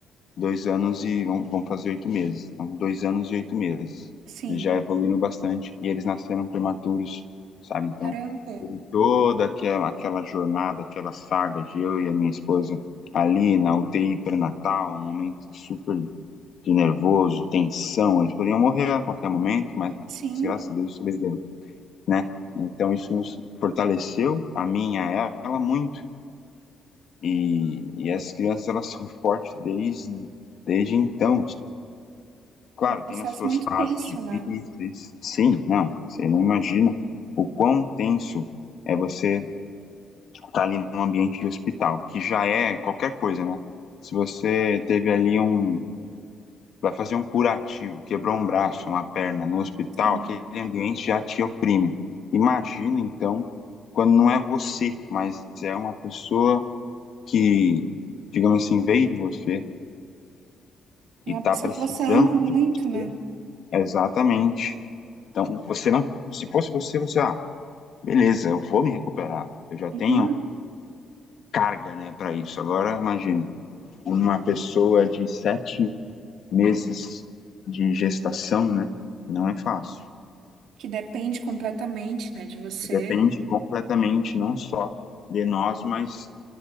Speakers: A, on the left; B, on the right.
A: dois anos e vão, vão fazer oito meses. Então, dois anos e oito meses.
B: Sim.
A: Eles já evoluíram bastante e eles nasceram prematuros, sabe? Então,
B: Caramba.
A: teve toda aquela, aquela jornada, aquela saga de eu e a minha esposa ali na UTI pré-natal, um momento super de nervoso, tensão. Eles podiam morrer a qualquer momento, mas
B: Sim.
A: graças a Deus sobreviveram né? Então isso nos fortaleceu a mim, a ela muito. E, e essas crianças elas são fortes desde desde então. Claro,
B: Um processo
A: tem as suas
B: muito
A: fases
B: tenso, né?
A: difíceis. Sim, não, você não imagina o quão tenso é você estar tá ali num ambiente de hospital, que já é qualquer coisa, né? Se você teve ali um, Vai fazer um curativo, quebrou um braço, uma perna no hospital,
B: Sim.
A: aquele ambiente já te oprime. Imagina, então, quando não é você, mas é uma pessoa que, digamos assim, veio de você
B: E
A: e
B: uma
A: está
B: pessoa
A: precisando
B: que você ama muito,
A: de você.
B: né?
A: Exatamente. Então, você não. Se fosse você, você, ah, beleza, eu vou me recuperar. Eu já
B: Uhum.
A: tenho carga, né, para isso. Agora, imagina, uma pessoa de sete meses de gestação, né? Não é fácil.
B: Que depende completamente, né, de você.
A: Depende completamente, não só de nós, mas